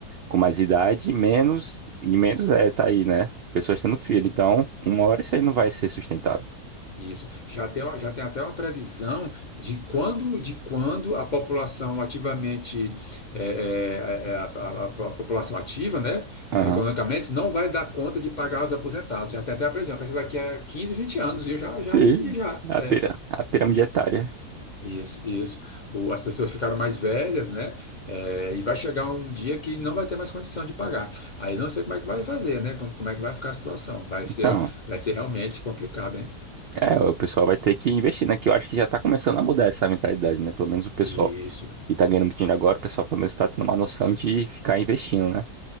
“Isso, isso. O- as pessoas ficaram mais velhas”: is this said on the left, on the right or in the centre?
Left